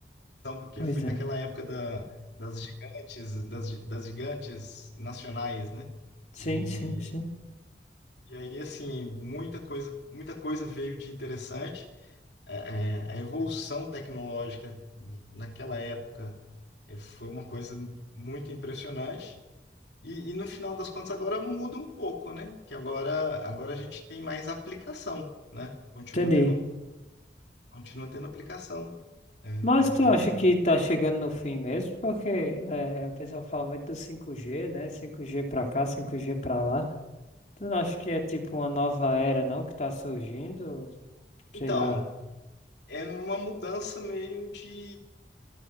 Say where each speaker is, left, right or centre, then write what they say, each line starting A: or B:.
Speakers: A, on the left (about 80°); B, on the left (about 40°).
A: então, porque
B: Pois
A: foi naquela
B: é.
A: época da, das gigantes, das, gi- das gigantes nacionais, né?
B: Sim,
A: E,
B: sim, sim.
A: e aí, assim, muita coisa, muita coisa veio de interessante. É, é, a evolução tecnológica naquela época é, foi uma coisa muito impressionante. E, e no final das contas agora muda um pouco, né? Que agora, agora a gente tem mais aplicação, né? Continua
B: Entendi.
A: tendo, continua tendo aplicação. É.
B: Mas tu
A: E,
B: acha que tá chegando no fim mesmo? Porque é, é, o pessoal fala muito do cinco g né? cinco g pra cá, cinco g pra lá. Tu não acha que é tipo uma nova era, não, que tá surgindo?
A: então,
B: Sei lá.
A: É uma mudança meio de.